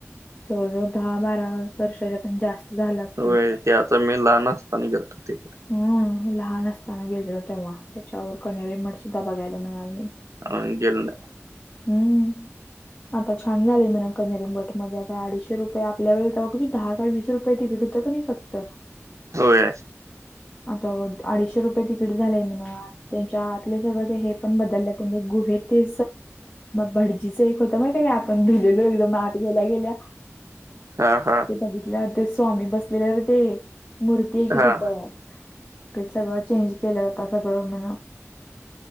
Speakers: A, on the left (about 30°); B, on the right (about 85°).
A: जवळ जवळ दहा बारा वर्षाच्या पण जास्त झालं असतील.
B: वेळ ते आता मी लहान असताना गेलतो तिकडे
A: हम लहान असताना गेलेल तेव्हा त्याच्यावर कनेरी मठ सुद्धा बघायला मिळाले नाही
B: अ गेल ना
A: हम्म आता छान झालेय म ना कनरिम गटमध्ये आता अडीचशे रुपय आपल्याेघ क दहा का वीस रुपये तिक होत नाही फक्त
B: होय
A: आता अडीचशे रुपये तिकीट झालंय म्हणा त्यांच्या आतले सगळं हे पण बदल गुहे ते भडज च एक होत माहित का आपण भुलेलो एकदम म आत गेल्या गेल्या
B: हा हा
A: ते बघितल्यावर ते स्वामी बसलेल्यावर ते मूर्ती आहे कि
B: हा
A: तिथं ते सगळं चेंज केल्या जातात सगळं म्हण